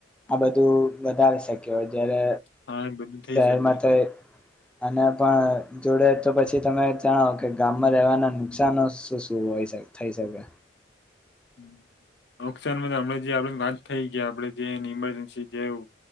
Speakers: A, in the centre; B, on the left.
A: આ બધું વધારે શકી કે જ્યારે
B: હા એ બધું થઈ
A: શહેરમાં
B: શકે
A: તો એ આના પણ જોડે તો પછી તમે જણાવો કે ગામમાં રહેવાના નુકસાન શું શું હોય થઈ શકે?
B: નુકસાનમાં તો હમણા જે આપડે વાત થઈ કે જે ઇમરજન્સી જેવુ